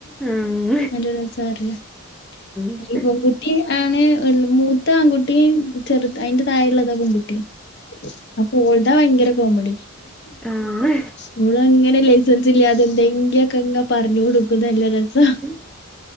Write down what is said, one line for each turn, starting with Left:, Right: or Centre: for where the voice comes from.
Centre: ഉം
Left: നല്ല രസാ അറിയാം
Centre: ഉം
Left: അല്ല ഈ പെൺകുട്ടി ആണ് മൂത്ത ആൺകുട്ടി ചെറുത് അതിന്റെ തായെ ഉള്ളതാ പെൺകുട്ടി അപ്പൊ ഓൾടെ ഭയങ്കര കോമഡി
Centre: ആഹ്
Left: മോള് അങ്ങനെ ലൈസൻസ് ഇല്ലാതെ എന്തെങ്കിലൊക്കെ ഇങ്ങ് പറഞ്ഞോണ്ടിരിക്കും നല്ല രസാ
Centre: ഉം